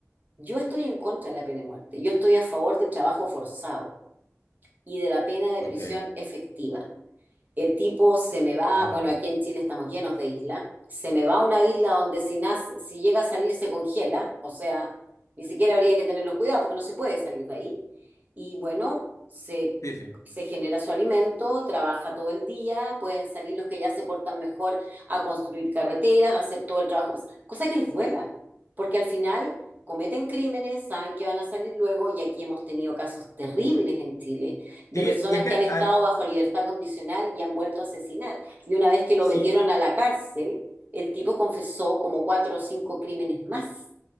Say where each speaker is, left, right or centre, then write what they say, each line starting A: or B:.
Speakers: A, on the right; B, on the left.
A: yo estoy en contra de la pena de muerte. Yo estoy a favor del trabajo forzado y de la pena de
B: Ok.
A: prisión efectiva. El tipo se me va,
B: Ajá.
A: bueno, aquí en Chile estamos llenos de islas, se me va a una isla donde si, nace- si llega a salir se congela, o sea, ni siquiera habría que tener los cuidados porque no se puede salir de ahí. Y bueno, se,
B: Sí, sí.
A: se genera su alimento, trabaja todo el día, pueden salir los que ya se portan mejor a construir carreteras, a hacer todo el trabajo, pues, cosa que les duela, porque al final cometen crímenes, saben que van a salir luego y aquí hemos tenido casos terribles en Chile de
B: Sí,
A: personas
B: y es que,
A: que han estado
B: ah,
A: bajo libertad condicional y han vuelto a asesinar. Y una vez que lo
B: sí,
A: metieron a la cárcel, el tipo confesó como cuatro o cinco crímenes más.